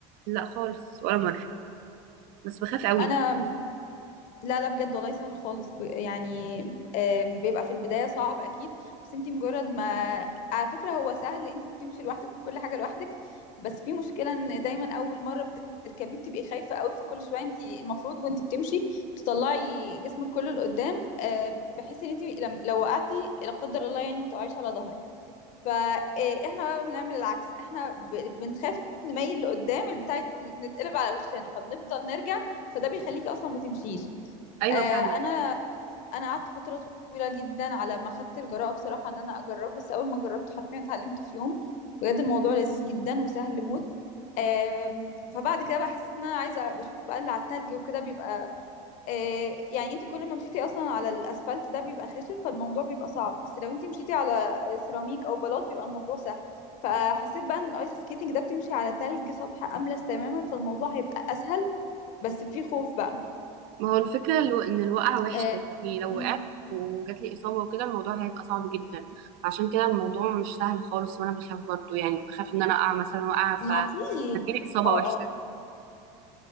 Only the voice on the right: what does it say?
لا خالص ولا مره بس بخاف قوي
ايوه
فاهمه
ما هو الفكره الو... ان الوقعه وحشه
يعني لو
وقعت وجات لي اصابه وكده الموضوع هيبقى صعب جدا عشان كده الموضوع مش سهل خالص وانا بخاف برضه يعني بخاف ان انا اقع مثلا وقعه ف
هتجيلي اصابه
وحشه